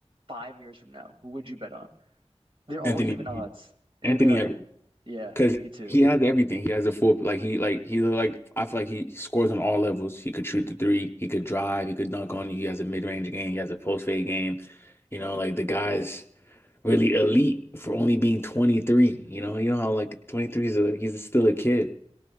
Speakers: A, on the right; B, on the left.
A: five years from now? Who would you bet on? They're all
B: Anthony
A: even odds. You
B: Anthony
A: bet on,
B: Edwards
A: yeah,
B: because
A: me too.
B: he has everything. He has a full like he like he's like I feel like he scores on all levels. He could shoot the three. He could drive. He could dunk on you. He has a mid range game. He has a post fade game. You know, like the guy's really elite for only being 23. You know, you know how like 23 is a he's still a kid.